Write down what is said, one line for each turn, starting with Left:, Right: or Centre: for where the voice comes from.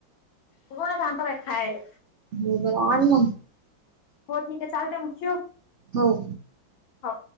Left: रोज आणतो बाय खायले
Right: हो बर आण मग
Left: हों ठीकयं चालतंय मग ठेवू?
Right: हो.
Left: हों.